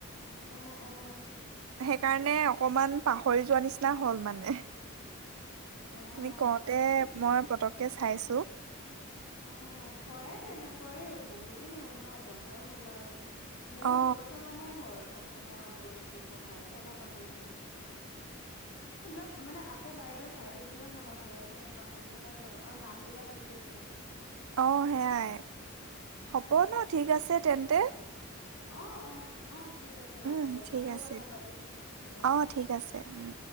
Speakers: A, on the left; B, on the right.
A: অ', অ'।
B: সেইকাৰণে অকমান পাহৰি যোৱা নিচিনা হল মানে।
A: অ',
B: তুমি কওঁতে
A: এ
B: মই পতককে চাইছোঁ।
A: অ', হয়ে তেনে কয়ো বহুত দিন হ'ল ন, বছৰ হ'ল আৰু। মোৰো
B: অ
A: দুবছৰ মানে হ'ল অসমৰ বুৰঞ্জী পঢ়া, এতিয়া মই পাহৰি থাকিলো। এইবিলাক মানে, আকৌ বাৰে বাৰে চাই থাকিলেহে মনত ৰয়, এনে পাহৰি থাকা যায় আৰু নাম বিলাক বিশেষকে।
B: অ', সেয়াই। হ'ব ন', ঠিক আছে তেন্ত তে
A: অহ, অহ। অ', ঠিক আছে হ'ব
B: উম
A: দিয়া,
B: ঠিক
A: আকৌ
B: আছে
A: কথা পাতিম, কেতিয়াবা।
B: অ ঠিক আছে উম